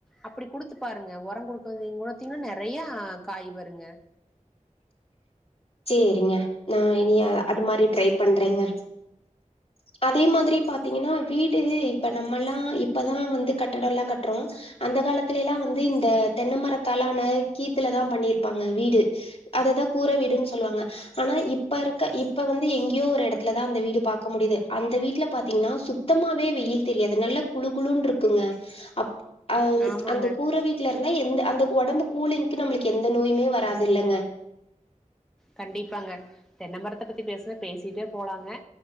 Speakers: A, in the centre; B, on the left (about 45°).
A: அப்புடி குடுத்து பாருங்க ஒரங் குடுக்கங்க குணத்தீங்கன்னா நெறையா காய் வருங்க
B: சேரிங்க நா இனி அது மாரி ட்ரை பண்றங்க அதே மாதிரி பாத்தீங்கன்னா வீடு இப்ப நம்மல்லா இப்பதா வந்து கட்டடோல்லா கட்றோ அந்த காலத்துலயெல்லா வந்து இந்த தென்ன மரத்தாலான கீத்துலதா பண்ணிருப்பாங்க வீடு அதுதா கூர வீடுன்ஸ் சொல்லுவாங்க ஆனா இப்ப இருக்க இப்ப வந்து எங்கயோ ஒரு எடத்துலதா அந்த வீடு பாக்க முடியுது அந்த வீட்ல பாத்தீங்கன்னா சுத்தமாவே வெயில் தெரியாது நல்ல குழு குழுன் இருக்குங்க அ
A: ஆமாங்க
B: அந்த கூர வீட்ல இருந்தா எந்த அந்த ஒடம்பு கூலிங்க்கு நம்மளுக்கு எந்த நோயுமே வராது இல்லங்க
A: கண்டிப்பாங்க தென்னமரத்த பத்தி பேசுனா பேசிட்டே போலாங்க